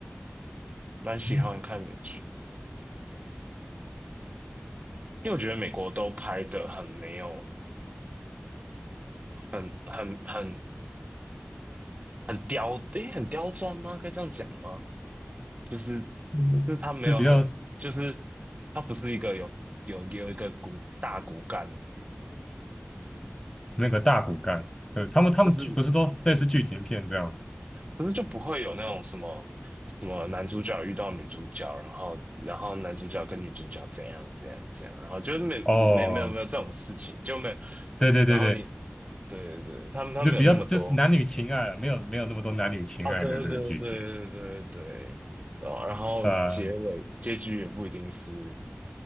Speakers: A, on the right; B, on the left.
A: 蛮喜欢看美剧，
B: 嗯，
A: 因为我觉得美国都拍的很没有，很很很很刁，诶，很刁钻吗？该这样讲吗？就是
B: 嗯就是比较
A: 就是他没有很，就是他不是一个有有有一个骨大骨干的，
B: 那个大骨干，对，他们他们剧不是都类似剧情片这样吗？
A: 就是可是就不会有那种什么什么男主角遇到女主角，然后然后男主角跟女主角怎样怎样怎样，然后就是没没没有没有这种事情，
B: 哦，
A: 就没有。
B: 对对对对，
A: 然后你对对对，他们他们有那么多
B: 就比较就是男女情爱了没有没有那么多男女情爱的这个剧情，
A: 哦，对对对对对对对，哦，然后结尾结局也不一定是
B: 啊，